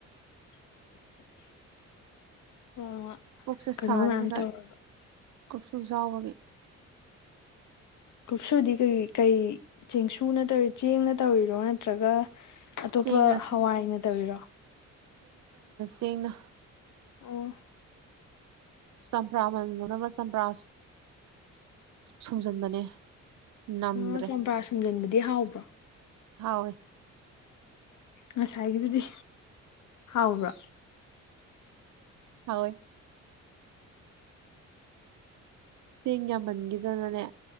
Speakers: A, on the left; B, on the right.
A: <unintelligible> ꯅꯣꯡꯃ
B: ꯄꯨꯁꯦ
A: ꯀꯩꯅꯣ
B: ꯁꯔꯦꯡꯁ
A: ꯃꯌꯥꯝ ꯇꯧꯔꯒ
B: ꯂꯣꯡꯖꯥꯎꯕꯒꯤ
A: ꯀꯨꯞꯁꯨꯗꯤ ꯀꯩ ꯀꯩ ꯆꯦꯡꯁꯨꯅ ꯇꯧꯔꯤ ꯆꯦꯡꯅ ꯇꯧꯔꯤꯔꯣ ꯅꯠꯇ꯭ꯔꯒ ꯑꯇꯣꯞꯄ
B: ꯆꯦꯡꯅ
A: ꯍꯋꯥꯏꯅ ꯇꯧꯔꯤꯔꯣ
B: ꯆꯅ
A: ꯑ
B: ꯆꯝꯄ꯭ꯔꯥ ꯃꯅꯅꯕ ꯆꯝꯄ꯭ꯔꯥ ꯁꯨꯝꯖꯤꯟꯕꯅꯦ ꯅꯝꯗ꯭ꯔꯦ
A: ꯎ ꯆꯝꯄ꯭ꯔꯥ ꯁꯨꯝꯖꯤꯟꯕꯗꯤ ꯍꯥꯎꯕ꯭ꯔꯣ
B: ꯍꯧꯑꯦ
A: ꯉꯁꯥꯏꯒꯤꯗꯨꯗꯤ ꯍꯥꯎꯕ꯭ꯔꯥ
B: ꯍꯧꯑꯦ ꯆꯦꯡ ꯌꯥꯝꯃꯟꯈꯤꯗꯅꯅꯦ